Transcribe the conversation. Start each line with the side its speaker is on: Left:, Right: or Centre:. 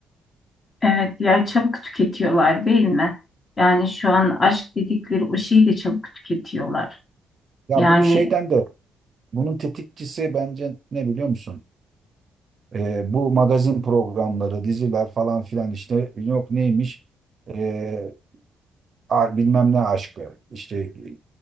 Left: Evet yani çabuk tüketiyorlar değil mi? Yani şu an aşk dedikleri o şeyi de çabuk tüketiyorlar.
Right: Ya
Left: Yani
Right: bunu şeyden de bunun tetikçisi bence ne biliyor musun? E, bu magazin programları, diziler falan filan işte yok neymiş? E, a- bilmem ne aşkı, işte e,